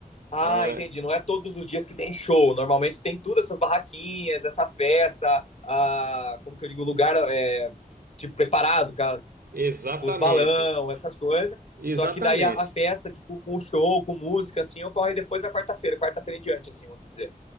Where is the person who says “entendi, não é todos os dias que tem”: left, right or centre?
Left